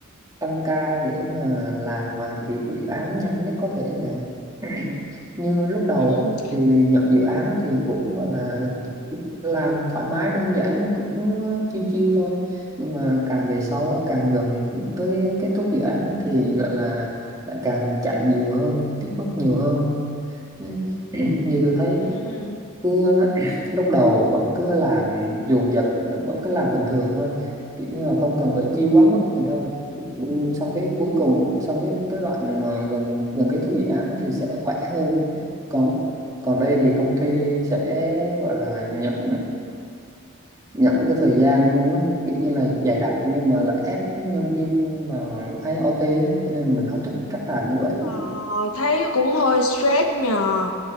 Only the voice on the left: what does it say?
ừ
ừ
ờ, thấy cũng hơi stress nhờ